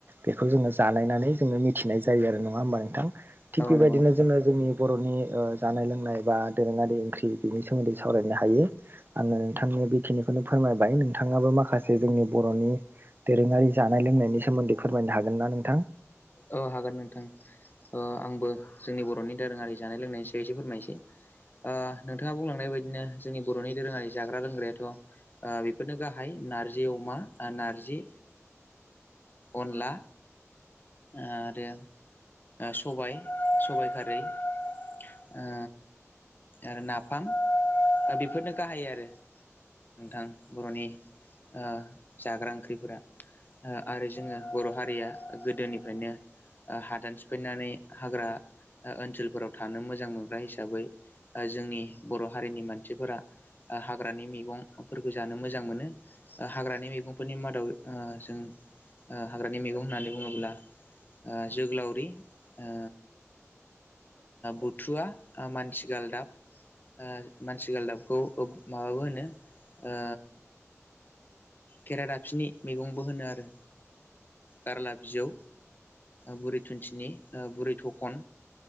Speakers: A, on the right; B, on the left.
A: बेखौ जोङो जानायनानै जोङो मिथिनाय जायो आरो। नङा होमबा नोंथां? थिग
B: औ
A: बेबायदिनो
B: नंगौ नोंथां
A: जोङो जोंनि बर'नि ओ जानाय लोंनाय बा दोरोङारि ओंख्रि बिनि सोमोन्दै सावरायनो हायो। आङो नोंथांनो बेखिनिखौनो फोरमायबाय। नोंथाङाबो माखासे जोंनि बर'नि दोरोङारि जानाय लोंनायनि सोमोन्दै फोरमायनो हागोन ना नोंथां?
B: औ हागोन नोंथां। ओ आंबो जोंनि बर'नि दोरोङारि जानाय लोंनायनि सायाव एसे फोरमायसै। ओ नोंथाङा बुंलांनाय बायदिनो जोंनि बर'नि दोरोङारि जाग्रा लोंग्रायाथ' ओ बेफोरनो गाहाय नारजि अमा नारजि अनला आरो सबाय सबाइ खारै ओ आरो नाफाम बेफोरनो गाहाय आरो। नोंथां बर'नि ओ जाग्रा ओंख्रिफोरा आरो जोङो बर' हारिया गोदोनि फायनो हादान सिफायनानै हाग्रा ओनसोलफोराव थानो मोजां मोनग्रा हिसाबै जोंनि बर' हारिनि मानसिफोरा हाग्रानि मैगंफोरखौ जानो मोजां मोनो। हाग्रानि मैगंफोरनि मादाव ओ जों हाग्रानि मैगं होननानै बुङोब्ला ओ जोगोलावरि ओ बुथुवा मानसि गालदाब ओ मानसि गालदाबखौ माबाबो होनो ओ खरादाफिनि मैगंबो होनो आरो गारला बिजौ बुरि थुुनथिनि बुरै थखन